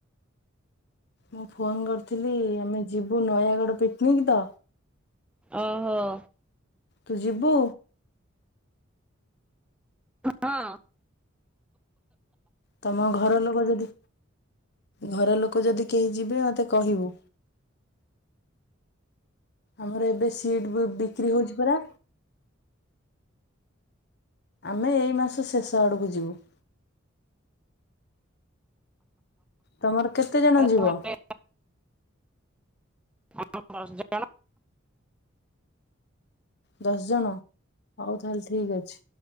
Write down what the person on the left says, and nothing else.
ମୁଁ ଫୋନ କରିଥିଲି, ଆମେ ଯିବୁ ନୟାଗଡ଼ ପିକନିକ ତ
ତୁ ଯିବୁ?
ତମ ଘର ଲୋକ ଯଦି ଘର ଲୋକ ଯଦି କେହି ଯିବେ ମତେ କହିବୁ। ଆମର ଏବେ ସିଟ୍ ବୁକ୍ ବିକ୍ରି ହଉଛି ପରା। ଆମେ ଏଇ ମାସ ଶେଷ ଆଡକୁ ଯିବୁ। <inaudible> ତମର କେତେ
ଜଣ ଯିବ?
ଦଶ ଜଣ ହଉ ତାହଲେ ଠିକ ଅଛି।